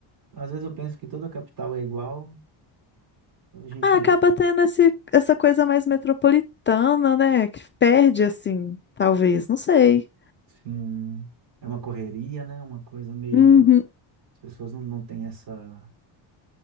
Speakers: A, on the right; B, on the left.
A: Às vezes eu penso que toda a capital é igual. A gente,
B: Ah, acaba tendo esse, essa coisa mais metropolitana, né? Que perde, assim, talvez, não sei.
A: sim, é uma correria, né? Uma coisa meio.
B: Uhum.
A: As pessoas não, não têm essa.